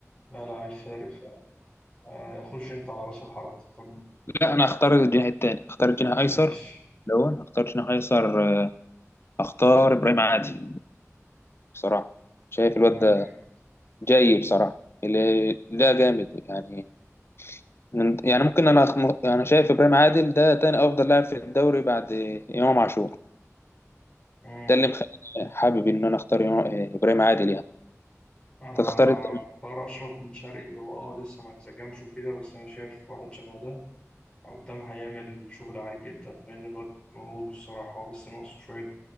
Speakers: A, on the left; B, on the left.
A: لا لاعب فارق فعلا آه، خش انت على راس الحربة تختار مين
B: لا أنا هختار الجناح التاني هختار الجناح أيسر
A: ماشي
B: لو أنا هختار جناح أيسر آه، هختار إبراهيم عادل بصراحة شايف
A: لا،
B: الواد ده
A: جامد.
B: جاي بصراحة اللي لا جامد يعني من يعني ممكن انا أخم- انا شايف ابراهيم عادل ده تاني افضل لاعب في الدوري بعد امام عاشور
A: مم.
B: ده اللي مخليني حابب ان انا اختار إمام- ابراهيم عادل يعني
A: انا
B: تختار انت
A: اختار اشرف بن شرقي هو اه لسه ما انسجمش وكده بس انا شايف واحد شبه ده قدام هيعمل شغل عالي جدا لان الواد موهوب الصراحة هو بس ناقصه شوية